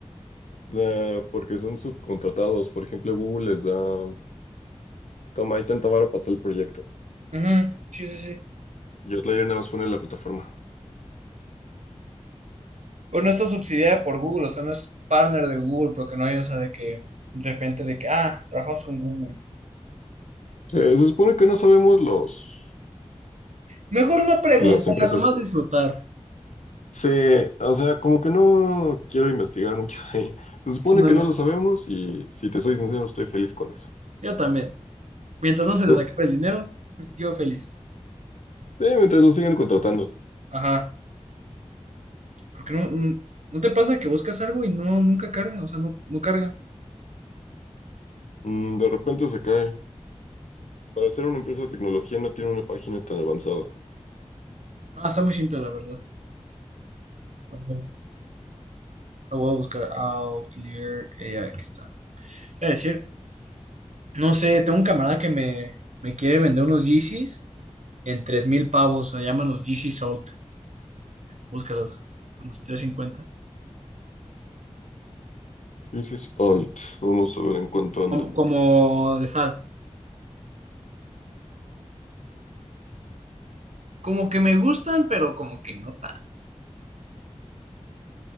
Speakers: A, on the left; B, on the right.
A: Eh, porque son subcontratados. Por ejemplo, Google les da, toma, hay tanta vara para tal proyecto.
B: Ujú, sí, sí, sí.
A: Y Outlier nada más pone en la plataforma.
B: Bueno, no está subsidiada por Google, o sea, no es partner de Google, porque no hay, o sea, de que de frente de que, ah, trabajamos con Google.
A: Eh, se supone que no sabemos los,
B: Mejor no preguntar,
A: las empresas.
B: nomás disfrutar.
A: Sí, o sea, como que no quiero investigar mucho ahí. Se supone
B: Ándale.
A: que no lo sabemos y si te soy sincero, estoy feliz con eso.
B: Yo también. Mientras
A: <laughs>
B: no se les acabe el dinero, yo feliz.
A: Sí, mientras lo sigan contratando.
B: Ajá, porque no, no, ¿no te pasa que buscas algo y no, nunca carga, o sea, no, no carga.
A: Mm, de repente se cae. Para ser una empresa de tecnología no tiene una página tan avanzada.
B: Ah, está muy simple, la verdad. A ver, lo voy a buscar Outlier AI, aquí está. Es decir, no sé, tengo un camarada que me, me quiere vender unos Yeezys en 3000 pavos, se llaman los Yeezy Salt, búscalos, unos cincuenta
A: Yeezys Alt. Vamos a ver en cuánto andan.
B: Como, como de sal. Como que me gustan, pero como que no tan.